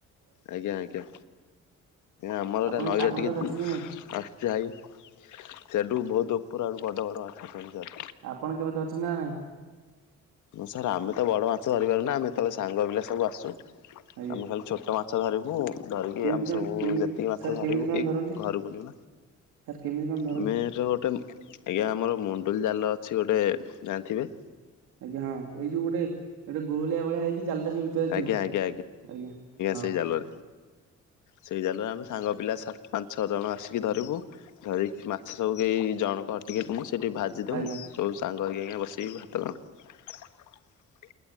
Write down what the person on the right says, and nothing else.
ଆପଣ
ଆପଣ
କେବେ ଧରିଛନ୍ତି ନା ନାଇଁ
ଆପଣ କେବେ ଧରିଛନ୍ତି ନା ନାଇଁ?
ଆଜ୍ଞା
କେମିତି
କଣ
କେମିତି
ସାର୍
କେମିତି କଣ
ଧରନ୍ତି
ସାର୍ କେମିତି କଣ ଧରନ୍ତି
ଆଜ୍ଞା ହଁ ଏଇ ଯୋଉ ଗୋଟେ ଗୋଟେ ଗୋହଳିଆ ଭଳିଆ ହେଇକି ଜାଲଟା ସେ ଭିତରେ
ଥିବ
ଆଜ୍ଞା ହଁ।
ଆଜ୍ଞା